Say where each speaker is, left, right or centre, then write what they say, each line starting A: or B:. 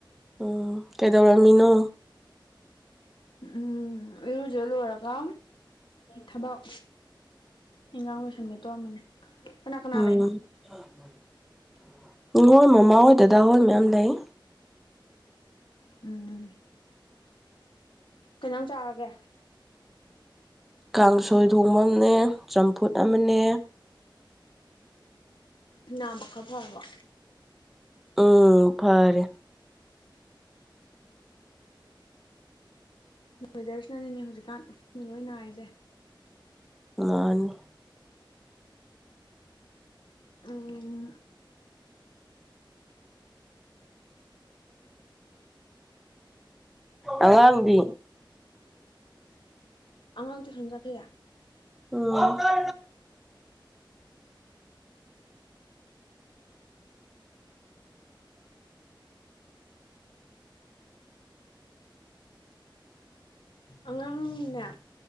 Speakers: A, in the centre; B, on the left.
A: ꯑꯣ ꯀꯩꯗꯧꯔꯝꯃꯤꯅꯣ
B: ꯎꯝ ꯏꯔꯨꯖ ꯂꯣꯏꯔꯒ ꯊꯕꯛ ꯏꯟꯉꯥꯡ ꯂꯣꯏꯁꯟꯒꯦ ꯇꯧꯔꯝꯃꯤꯅꯦ ꯀꯅꯥ ꯀꯅꯥ
A: ꯎꯝ
B: ꯂꯩꯅꯣ
A: <unintelligible> ꯉꯣꯃꯃꯥ ꯍꯣꯏ ꯗꯗꯥ ꯍꯣꯏ ꯃꯌꯥꯝ ꯂꯩ
B: ꯎꯝ ꯀꯩꯉꯥꯟ ꯆꯥꯔꯒꯦ
A: ꯀꯥꯡꯁꯣꯏ ꯊꯣꯡꯕ ꯑꯝꯅꯦ ꯆꯝꯐꯨꯠ ꯑꯃꯅꯦ
B: ꯅꯥꯕ ꯈ ꯐꯔꯕꯣ
A: ꯎꯝ ꯐꯔꯦ
B: ꯋꯦꯗꯔꯁꯤꯅꯅꯤꯅꯦ ꯍꯧꯖꯤꯛꯀꯥꯟ ꯃꯤ ꯂꯣꯏ ꯅꯥꯔꯤꯖꯦ
A: ꯉꯥꯟꯅꯦ
B: ꯎꯝ
A: ꯑꯉꯥꯡꯗꯤ
B: ꯑꯉꯥꯡ ꯇꯨꯏꯁꯟ ꯆꯠꯈꯤꯌꯦ
A: ꯎꯝ
B: ꯑꯉꯥꯡꯅꯤꯅꯦ